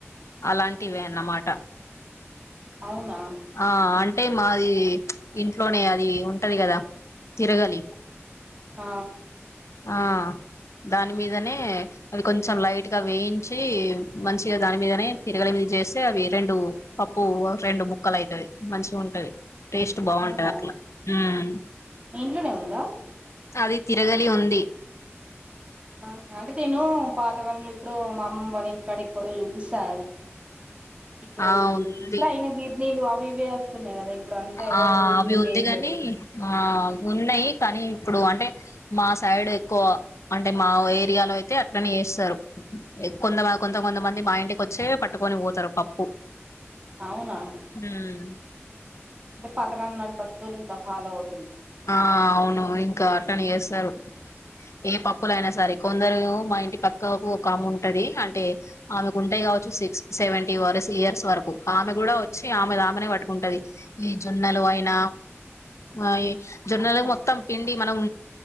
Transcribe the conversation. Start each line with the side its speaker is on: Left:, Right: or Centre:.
Left: అలాంటివే అన్నమాట
Right: అవునా
Left: ఆ అంటే మాది ఇంట్లోనే అది ఉంటది కదా తిరగాలి
Right: ఆ
Left: ఆ దాని మీదనే అది కొంచం లైట్ గా వేయించి మంచిగా దాని మీదనే తిరగల మీ చేస్తే అవి రెండు పప్పు రెండు ము ముక్కలైతది మంచిగా ఉంటది టేస్ట్ బాగుంటది
Right: అవునా
Left: అట్లా మ్
Right: మీ ఇంట్లనే ఉందా
Left: అది తిరగలి ఉంది
Right: ఆ అంటే నేను పాతకాలంలో ఇప్పుడు మా అమ్మ వాళ్ళ ఇంటికాడ ఎక్కడో చూసా అది ఇప్పుడు
Left: ఆ ఉంది
Right: ఇప్పుడు అయినా గిర్నీలు అవి ఇవి వస్తున్నాయి కదా ఇప్పుడు అంతా ఎవరు
Left: ఆ అవి
Right: యూజ్
Left: ఉంది
Right: చేయట్లేదు
Left: గాని ఆ ఉన్నాయి కానీ ఇప్పుడు అంటే మా సైడ్ ఎక్కువ అంటే మా ఏరియాలో అయితే అట్లనే చేస్తారు కొంత కొంత కొంతమంది మా ఇంటికి వచ్చే పట్టుకొని పోతారు పప్పు
Right: అవునా
Left: మ్
Right: అంటే పతకలం నాటి పద్దతులు ఇంకా ఫలో అవ్
Left: ఆ అవును ఇంకా అట్లాని చేస్తారు ఏ పప్పులయినా సరే కొందరు మా ఇంటి పక్కకు ఒక ఆమె ఉంటది అంటే ఆమెకు ఉంటాయి కా సిక్స్ సెవెంటీ వార్ ఇయర్స్ వరకు ఆమె కూడా వచ్చి ఆమె ఆమె పట్టుకుంటది ఈ జోన్న లు అయిన మా జొన్నలు
Right: అవునా
Left: మొత్తం పిండి మనం